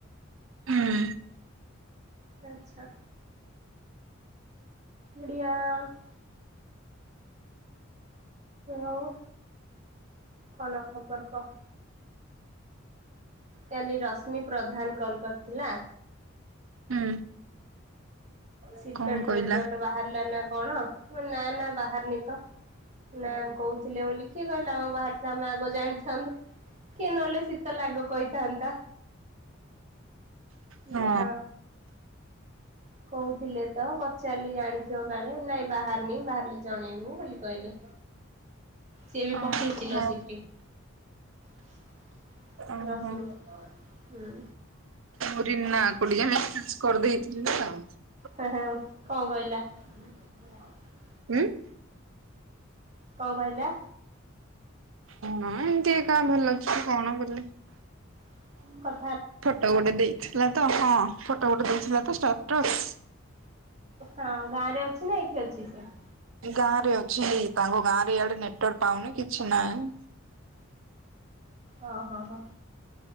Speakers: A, on the right (about 75°); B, on the right (about 35°).
A: ହୁଁ।
B: ତୋ ଇଛା। ଏଡିଆ <inaudible> ଆଉ କଣ ଖବର କହ? କାଲି ରଶ୍ମି ପ୍ରଧାନ କଲ କରିଥିଲା
A: ହୁଁ।
B: ଶୀତଳ
A: କଣ କହିଲା
B: ରେଜଲ୍ଟ ବାହାରିଲା ନା କଣ? ନା ନା ବାହାରିନି ତ ନା କହୁଥିଲେ ବୋଲି କିଏ କହିଲା ଆମେ ବାହାରିଥିଲେ ଆମେ ଆଗ ଜାଣିଥାନ୍ତୁ କିଏ ନହେଲେ ଶୀତଲ ଆଗ କହିଥାନ୍ତା।
A: ହଁ
B: ନା କହୁଥିଲେ ତ ପଚାରିଲି ଜାଣିଥିବ କାଳେ ନାଇଁ ବାହାରନି ବାହାରିଲେ ଜଣେଇବୁ ବୋଲି କହିଲେ ସିଏ ବି
A: ଓହୋ
B: କିିଚିଲ ସଠି <inaudible>
A: ଓହୋ।
B: ରଶ୍ମି ହୁଁ।
A: ୁର ନା କୋଡି କରିଦେଇଥିଲେ ନାଉ <unintelligible>
B: ହଁ ହଉ କଣ କହିଲା? ଆ <unintelligible>
A: ହୁଁ?
B: କଣ କହିଲା?
A: କଣ ଏମିତି କା ଭଲ ଅଛୁ କଣ ବୋଲି?
B: <inaudible>
A: ଫୋଟୋ ଗୋଟେ ଦେଇଥିଲା ତ ହଁ। ଫୋଟୋ ଗୋଟେ ଦେଇଥିଲା ତ ଷ୍ଟାଟ୍ରସ।
B: ହଁ ଗାଁ ରେ ଅଛି ନା ଏଇଠି ଅଛି ସେ?
A: ଗାଁ ରେ ଅଛି ତାଙ୍କ ଗାଁ ରେ ଇଆଡେ ନେଟୱାର୍କ ପାଉନି କିଛି ନାହିଁ।
B: ଓ ହୋ ହୋ।